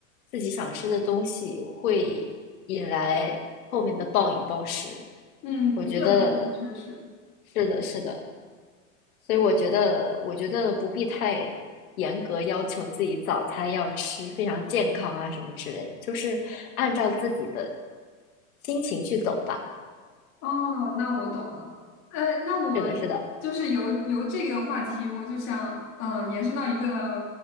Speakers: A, on the left; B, on the left.
A: 自己想吃的东西，会引来后面的暴饮暴食。
B: 嗯，
A: 我觉得
B: 这倒是确实。
A: 是的，是的，所以我觉得，我觉得不必太严格要求自己早餐要吃非常健康啊什么之类的，就是按照自己的心情去走吧。
B: 哦，那我懂了。呃，那我
A: 是的，是的，
B: 就是由由这个话题，我就想，嗯、呃，延伸到一个